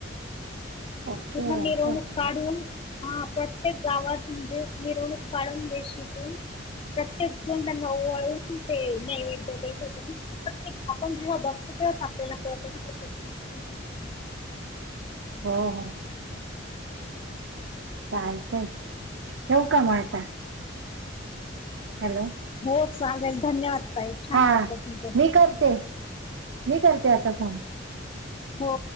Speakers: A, on the right; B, on the left.
A: ओके
B: उठा मिरवणूक
A: असं होतं
B: काढून, हा प्रत्येक गावात म्हणजे मिरवणूक काढून प्रत्येक जण त्यांन ओवाळून ते नैवेद्य देत होते आपण जेव्हा बघतो तेव्हाच आपल्याला कळत ना प्रत्येक सणाचं महत्व.
A: हो हो चालतंय ठेवू का मग आता? हॅलो
B: हो चालेल धन्यवाद ताई. छान
A: हा
B: वाटलं तुमच्याशी
A: मी
B: प
A: करते मी करते आता फोन
B: हो